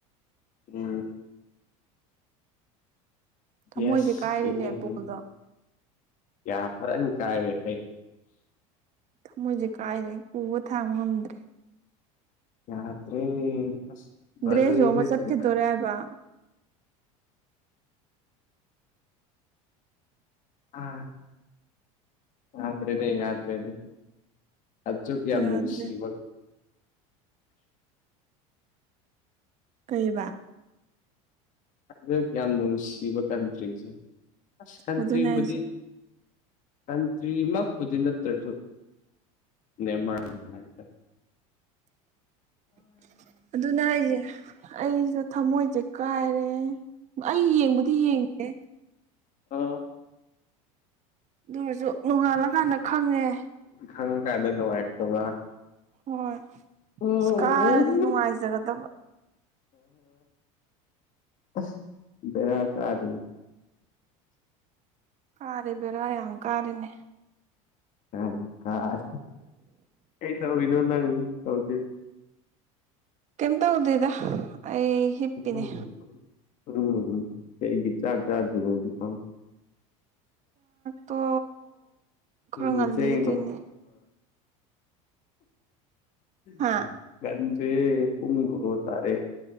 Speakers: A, on the left; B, on the right.
A: ꯎ
B: ꯊꯃꯣꯏꯁꯦ
A: ꯌꯦꯁ
B: ꯀꯥꯏꯔꯦꯅꯦ
A: ꯌꯦꯡꯉ
B: ꯕꯣꯜꯗꯣ
A: ꯎ ꯌꯥ ꯐꯔꯅꯤ ꯀꯥꯏꯔꯦ ꯑꯩ
B: ꯊꯃꯣꯏꯁꯦ ꯀꯥꯏꯔꯦ ꯄꯨꯕ ꯊꯥꯡꯕ ꯉꯝꯗ꯭ꯔꯦ
A: ꯌꯥꯇꯔꯤꯖꯣꯏꯁ
B: ꯗ꯭ꯔꯦꯁꯁꯨ ꯑꯃ ꯆꯠꯈꯤꯗꯣꯔꯦ ꯍꯥꯏꯕ
A: ꯑ ꯌꯥꯗ꯭ꯔꯦꯅꯦ ꯌꯥꯗ꯭ꯔꯦꯅꯦ ꯑꯆ ꯀ ꯌꯥꯝ
B: ꯌꯥꯗ꯭ꯔꯦ
A: ꯅꯨꯡꯁꯤꯕ
B: ꯀꯩꯕ
A: ꯑꯗꯨ ꯌꯥꯝ ꯅꯨꯡꯁꯤꯕ ꯀꯟꯇ꯭ꯔꯤꯁꯦ ꯑꯁ ꯀꯟꯇ꯭ꯔꯤꯕꯨꯗꯤ
B: ꯑꯗꯨꯅꯦ ꯍꯥꯏꯁꯦ
A: ꯀꯇ꯭ꯔꯤꯃ ꯈꯨꯗꯤꯅꯠꯇꯔꯁꯨꯨ ꯅꯦꯕꯔꯔꯀ
B: <inaudible> ꯑꯗꯨꯅ ꯑꯩꯁꯦ ꯑꯩꯁꯨ ꯊꯃꯣꯏꯁꯦ ꯀꯥꯏꯔꯦ ꯑꯩ ꯌꯦꯡꯕꯨꯗꯤ ꯌꯦꯡꯉꯦ
A: ꯑꯥ
B: ꯑꯗꯨꯔꯁꯨ ꯅꯣꯡꯉꯥꯜꯂ ꯀꯥꯟꯗ ꯈꯪꯉꯦ
A: ꯈꯪꯀꯥꯟꯗ ꯅꯨꯡꯉꯥꯏꯇꯕ
B: ꯍꯣꯏ
A: ꯎꯝ
B: ꯑꯁ ꯀꯥꯔꯗꯤ ꯅꯨꯡꯉꯥꯏꯖꯒꯗꯕ
A: ꯑꯁ ꯕꯦꯔꯥ ꯀꯥꯗꯣꯏꯅꯤ
B: ꯀꯥꯔꯦ ꯕꯔ ꯌꯥꯝ ꯀꯥꯔꯦꯅꯦ
A: ꯑꯪ ꯀꯥꯔꯦ ꯀꯩ ꯇꯧꯔꯤꯅꯣ ꯅꯪ ꯍꯧꯖꯤꯛ
B: ꯀꯩꯝ ꯇꯧꯗꯦꯗ ꯑꯩ ꯍꯤꯞꯄꯤꯅꯦ
A: ꯎꯝ ꯎꯝ ꯀꯩꯒꯤ ꯆꯥꯛ ꯆꯥꯗ꯭ꯔꯤꯕꯣ ꯍꯧꯖꯤꯛꯐꯥꯎ
B: ꯇꯣ ꯈꯔ
A: ꯎꯝ
B: ꯉꯜꯂꯤ
A: ꯆꯦꯡ
B: ꯑꯗꯨꯏꯅꯦ
A: <inaudible>
B: ꯍꯥ
A: ꯆꯦ ꯄꯨꯡ ꯕꯥꯔꯣ ꯇꯥꯔꯦ